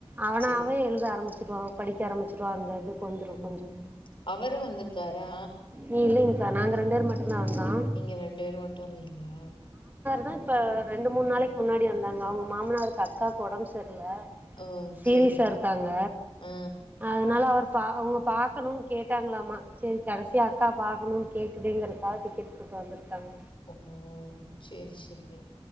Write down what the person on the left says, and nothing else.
சேரி
ம்
அவரு வந்திருக்காரா
நீங்க ரெண்டு ஏர் மட்டு வந்தீங்ளா
ஓ
சேரி
ஆ
ஓ சேர் சேரி